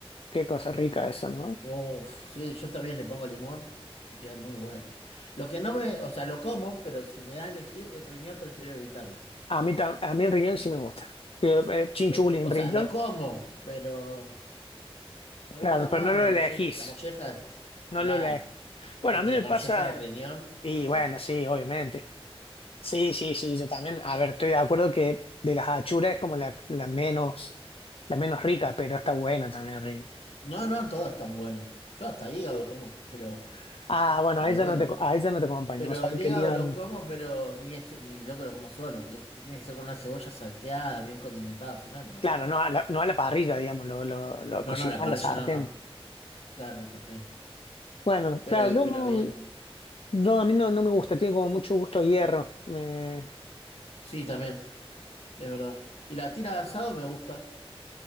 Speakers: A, on the left; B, on the left.
A: qué cosa rica eso, ¿no?
B: Uf, sí, yo también le pongo limón y queda muy buena. Lo que no me, o sea, lo como, pero si me das a elegir, el riñón prefiero evitarlo.
A: A mí, tam- a mí el riñón sí me gusta. Digo, eh, Chinchulín,
B: Yo- O
A: riñón,
B: sea, lo como, pero me
A: claro,
B: gusta
A: pero
B: más
A: no lo
B: la
A: elegís,
B: molleja. La molleja es,
A: no
B: claro,
A: lo elegís. Bueno,
B: entre
A: a mí me
B: molleja
A: pasa,
B: y riñón,
A: y
B: molleja.
A: bueno, sí, obviamente. Sí, sí, sí, yo también. A ver, estoy de acuerdo que de las achuras es como la, la menos, la menos rica, pero está buena también el riñón.
B: No, no, todas están buenas. Yo hasta hígado como, pero,
A: Ah, bueno,
B: pero
A: a ella
B: bueno.
A: no te, a ella no te acompaño.
B: Pero
A: O sea,
B: el
A: quería,
B: hígado lo como, pero ni, es- ni loco lo como solo. Es- tiene que ser con una cebolla salteada, bien condimentada, si no, no.
A: claro, no a la, no a la parrilla, digamos, lo, lo, lo cocinar
B: No, no, la parrilla
A: a la sartén.
B: no, no. Claro, la sartén.
A: Bueno,
B: Pero,
A: claro, yo
B: pero
A: no,
B: bien.
A: yo- a mí no, no me gusta, tiene como mucho gusto a hierro. Me-
B: Sí, también, es verdad. Y la tira de asado me gusta.